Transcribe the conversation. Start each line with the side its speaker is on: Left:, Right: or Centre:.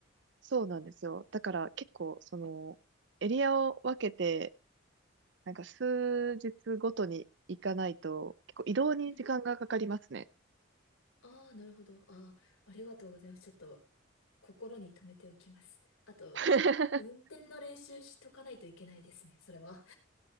Right: そうなんですよ。だから結構、その、エリアを分けて、なんか数日ごとに行かないと、結構移動に時間がかかりますね。
Left: うんああ、なるほど。ああ、ありがとうございます。ちょっと心に留めておきます。あと、
Right: <laughs>
Left: 運転の練習しとかないといけないですね、それは。